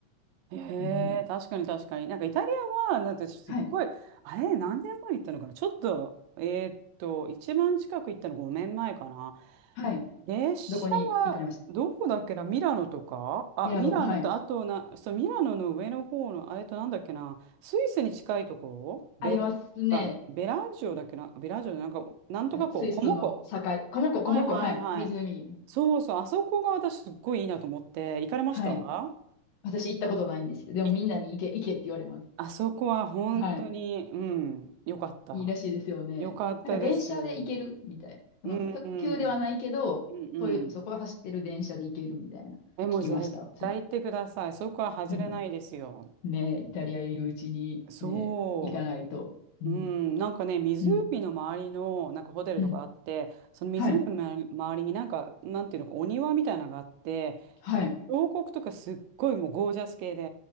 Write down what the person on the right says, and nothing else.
へ
え、確かに確かに。なんかイタリアは、なんてすっごい、
あれ、何年前に行ったのかなちょっと、えーっと、一番近く行ったの5年前かな。
列車は、
どこだっけなミラノとかあ、
ミラノと、
あとな、そう、ミラノの上の方の、あれとなんだっけなスイスに近いところベ
ラ、あベラジオだっけなベラジオでなんか、なんとかこう、
コモコ。
はいはいはい。
そうそう、あそこが私すっごいいいなと思って、行かれました
行っ
あそこは本当に、
うん、よかった。
よかったです。
う
んうん、うんうん。
え、もう絶対行ってください。
そこは外れないですよ。
そ
う。うん、なんかね、湖の周りのなんかホテルとかあって、
その湖の周りになんか、
なんていうのか、お庭みたいなのがあって、
もう彫刻とかすっごいもうゴージャス系で、